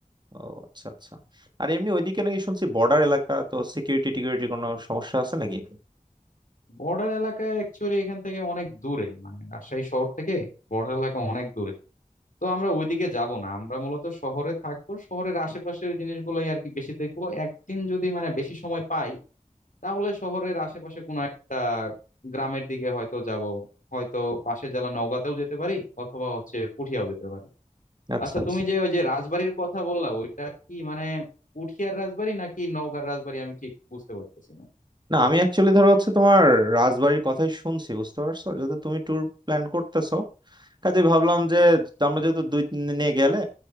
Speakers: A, on the right; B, on the left.
A: ও আচ্ছা আচ্ছা আর এমনি ওইদিকে নাকি শুনছি বর্ডার এলাকা তো সিকিউরিটি টিকিউরিটির কোনো সমস্যা আছে নাকি
B: বর্ডার এলাকায় অ্যাকচুয়ালি এখান থেকে অনেক দূরে মানে রাজশাহী শহর থেকে বর্ডার এলাকা অনেক দূরে তো আমরা ওইদিকে যাব না আমরা মূলত শহরে থাকবো শহরের আশেপাশের জিনিসগুলোই আর কি বেশি দেখবো একদিন যদি মানে বেশি সময় পাই তাহলে শহরের আশেপাশে কোনো একটা গ্রামের দিকে হয়তো যাব হয়তো পাশে জেলা নওগাঁতেও যেতে পারি অথবা হচ্ছে পুঠিয়াও যেতে পারি
A: আচ্ছা
B: আচ্ছা
A: আচ্ছা
B: তুমি যে ওই যে রাজবাড়ির কথা বললা ওইটা কি মানে পুঠিয়ার রাজবাড়ি নাকি নওগাঁর রাজবাড়ি আমি ঠিক বুঝতে পারতেছি না
A: না আমি অ্যাকচুয়ালি ধরো হচ্ছে তোমার রাজবাড়ির কথাই শুনছি বুঝতে পারছো যেহেতু তুমি ট্যুর প্ল্যান করতেছো কাজে ভাবলাম যে আমরা যেহেতু দুই তিন দিন নিয়ে গেলে